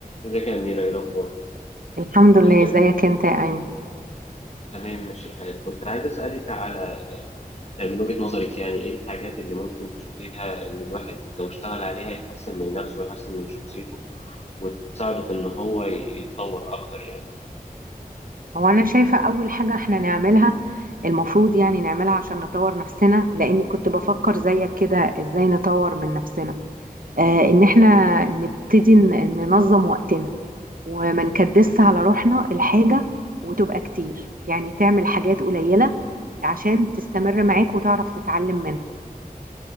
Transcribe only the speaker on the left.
ازيك يا أميرة إيه الأخبار؟
كنت
تمام ماشي الحال كنت عايز أسألك على آه، من وجهة نظرك يعني إيه الحاجات اللي ممكن تشوفيها إن الواحد لو اشتغل عليها يحسن من نفسه ويحسن من شخصيته وتساعده في إن هو يتطور أكتر يعني